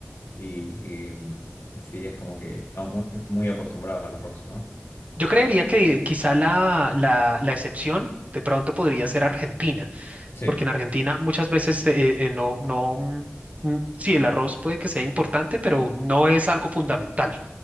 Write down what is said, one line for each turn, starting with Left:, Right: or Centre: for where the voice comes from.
Left: y, y, mm, sí, es como que estamos muy, muy acostumbrados al arroz, ¿no?
Right: Yo creería que quizá la, la, la excepción de pronto podría ser Argentina,
Left: Sí,
Right: porque en Argentina muchas veces eh, eh, no, no, mm, mm, sí, el arroz puede que sea importante, pero no es algo fundamental.